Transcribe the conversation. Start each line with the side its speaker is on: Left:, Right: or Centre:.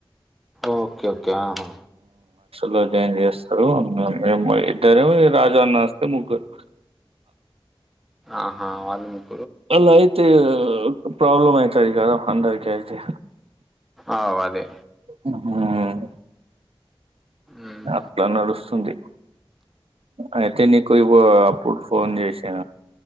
Centre: ఓకే ఓకే ఆహా
Right: లో జాయిన్ జేస్తరు మేం బోయి ఇద్దరం రాజ అన్న వస్తే ముగ్గురు
Centre: ఆహా వాళ్ళు ముగ్
Right: అలా అయితే ప్రాబ్లమ్ అయితాది గదా అందరుకి అయితే
Centre: ఆవ్ అదే
Right: మ్మ్ హ్మ్
Centre: ఉమ్,
Right: అట్లా నడుస్తుంది అయితే నీకు ఇ అప్పుడు ఫోన్ జేశా,